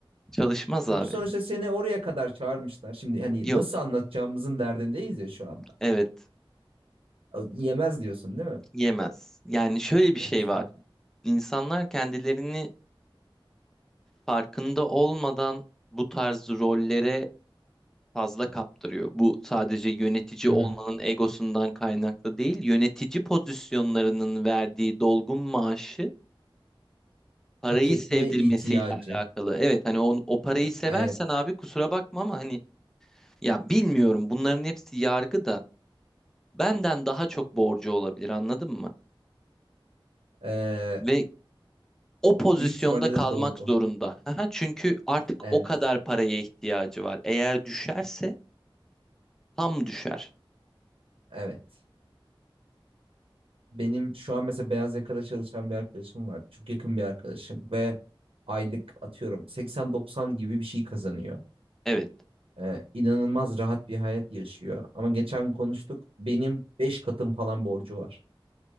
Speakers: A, in the centre; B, on the right.
A: <laughs> Çalışmaz
B: Çünkü
A: abi.
B: sonuçta seni oraya kadar çağırmışlar. Şimdi hani
A: Yok.
B: nasıl anlatacağımızın derdindeyiz ya şu anda.
A: Evet,
B: Yemez diyorsun değil mi?
A: yemez. Yani şöyle bir şey
B: Hı
A: var. İnsanlar kendilerini farkında olmadan bu tarz rollere fazla kaptırıyor. Bu sadece yönetici
B: hı.
A: olmanın
B: hı.
A: egosundan kaynaklı değil, yönetici pozisyonlarının verdiği dolgun maaşı parayı
B: Hak etme
A: sevdirmesiyle
B: ihtiyacı.
A: alakalı. Evet, hani onu, o parayı seversen
B: Evet.
A: abi kusura bakma ama hani ya bilmiyorum bunların hepsi yargı da benden daha çok borcu olabilir anladın mı?
B: Ee,
A: Ve o pozisyonda
B: bu ihtimalle
A: kalmak
B: de doğru.
A: zorunda. Aha, Çünkü artık
B: Evet.
A: o kadar paraya ihtiyacı var. Eğer düşerse tam düşer.
B: Evet. Benim şu an mesela beyaz yakada çalışan bir arkadaşım var. Çok yakın bir arkadaşım ve aylık atıyorum 80-90 gibi bir şey kazanıyor.
A: Evet,
B: Ee, inanılmaz rahat bir hayat yaşıyor. Ama geçen konuştuk. Benim 5 katım falan borcu var.